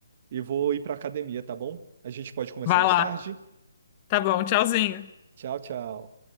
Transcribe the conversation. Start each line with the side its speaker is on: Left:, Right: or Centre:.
Right: e vou ir pra academia, tá bom? A gente pode começar
Left: Vai
Right: mais
Left: lá.
Right: tarde.
Left: Tá bom, tchauzinho.
Right: Tchau, tchau.